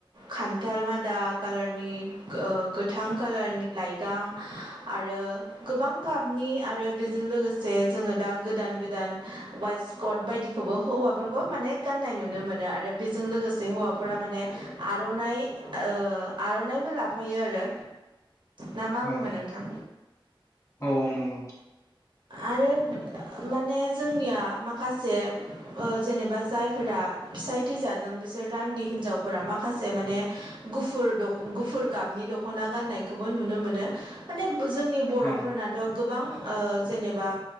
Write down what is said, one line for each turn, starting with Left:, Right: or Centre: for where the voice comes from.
Right: खान्थाल मादा कालारनि गोथां कालारनि लाइगां आरो गोबां गाबनि आरो बेजों लोगोसे जोङो दा गोदान गोदान वाइसकड बायदिखौबो हौवाफोरखौ माने गाननाय नुनो मोनो आरो बेजों लोगोसे हौवाफोरा माने आर'नाइ आर'नाइ ओ आर'नाइबो लाफायो आरो
Left: <inaudible>
Right: ना मा
Left: औ
Right: बुङो
Left: औ
Right: नोंथां
Left: औ नंगौ
Right: आरो माने जोंनिया माखासे माखासे ओ जेनेबा जायफोरा फिसायथि जादों बिसोर रान्दि हिनजावफोरा माखासे माने गुफुर गुफुर गाबनि दख'ना गाननायखौबो नुनो मोनो माने जोंनि बर'फोरनाथ'
Left: औ
Right: गोबां जेनेबा